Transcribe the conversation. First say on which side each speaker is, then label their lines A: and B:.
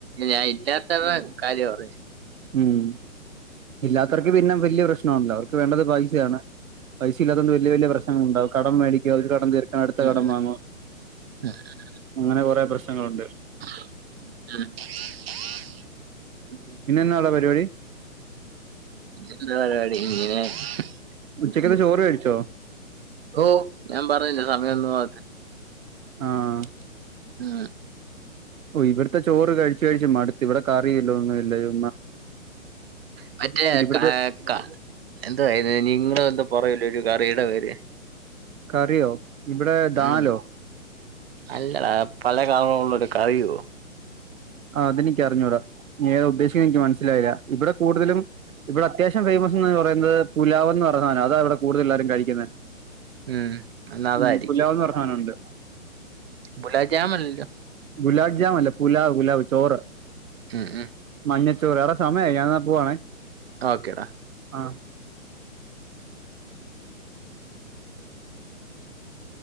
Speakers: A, on the right; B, on the right.
A: ഞാൻ ഇല്ലാത്തവരുടെ കാര്യ പറ േഞ്ഞ?
B: ഉം ഇല്ലാത്തർക്ക് പിന്നെ വലിയ പ്രശ്നാണല്ലോ അവർക്ക് വേണ്ടത് പയിസയാണ്. പൈസ ഇല്ലാത്തൊണ്ട് വലിയ വലിയ പ്രശ്നങ്ങൾണ്ടാവും കടം മേടിക്കും ഒരു കട തീർക്കൻ അടുത്ത
A: ഉം.
B: കടം
A: ഉം.
B: വാങ്ങും.
A: <inaudible>
B: അങ്ങനെ കൊറെേ പ്രശ്നങ്ങളുണ്ട്.
A: <unintelligible>
B: പിന്നെ എന്നടാ പരിപാടി?
A: എന്ത പരിപാടി ഇങ്ങനെ
B: ഉച്ചക്കത്തെ
A: ഇരിക്കുന്നു
B: ചോറു കഴിച്ചോ
A: ഓ ഞാൻ പറഞ്ഞില്ലെ സമയോന്നും <unintelligible>
B: ആഹ്
A: മ്
B: ഓഹ് ഇവിടുത്തെ ചോറ് കഴിച്ച് കഴിച്ച് മടുത്ത് ഇവിടെ കറി ഇല്ല ഒന്നും ഇല്ലയോ
A: മറ്റേ
B: പിന്നെ ഇവിടുത്തെ
A: ക ക എന്തൊ ഇത്‌ നിങ്ങള് എന്തൊ പറയുല്ലൊ ഒരു കറീട പേര്
B: കറിയോ ഇവിടെ ദാലോ
A: ഉം. അല്ലടാ പല കള്റൊള്ളൊരു കറിയോ
B: ആ അതെനിക്കറിഞ്ഞൂടാ നീ ഏതാ ഉദ്ദേശിക്കന്നെനിക്ക് മനസ്സിലായില്ല ഇവിടെ കൂടുതലും ഇവിട അത്യാവശ്യം ഫേമസ് എന്ന് പറയുന്നത് പുലാവെന്ന് പറന്ന സാധനം അതാ ഇവിടെ കൂടുതൽ എല്ലാരും കഴിക്കുന്നെ
A: ഉം. എന്നാ അതായിരിക്കും
B: മ് പുലാവന്ന് പറ സാനോണ്ട്
A: ബുലാജാം അല്ല്ലോ
B: ഗുലാബ് ജാമല്ല പുലാവ് പുലാവ് ചോറ്
A: മ് മ്
B: മഞ്ഞച്ചോറ് എടാ സമയായി ഞാനെന്നാ പോവാണേ
A: ഓക്കെ ടാ
B: ആഹ്